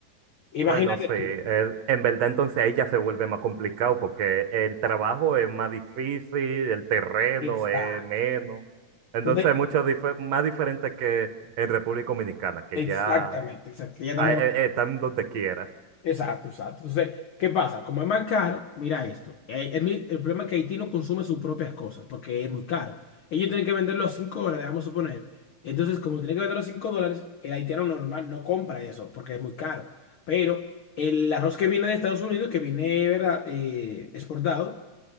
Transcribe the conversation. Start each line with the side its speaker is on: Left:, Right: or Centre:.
Left: imagínate
Right: Bueno, sí, eh,
Left: tú.
Right: en verdad entonces ahí ya se vuelve más complicado porque el trabajo es más difícil, el terreno
Left: Exacto.
Right: es menos, entonces
Left: Entonces,
Right: es mucho dife- más diferente que en República Dominicana, que
Left: exactamente,
Right: ya
Left: exacto. que Ya estamos.
Right: ah, eh, eh, están donde quiera.
Left: Exacto, exacto. Entonces, ¿qué pasa? Como es más caro, mira esto. Eh, El, mi- el problema es que Haití no consume sus propias cosas porque es muy caro. Ellos tienen que venderlo a 5 dólares, vamos a suponer. Entonces, como tienen que venderlo a 5 dólares, el haitiano normal no compra eso porque es muy caro. Pero el arroz que viene de Estados Unidos, que viene, ¿verdad? Eh, exportado,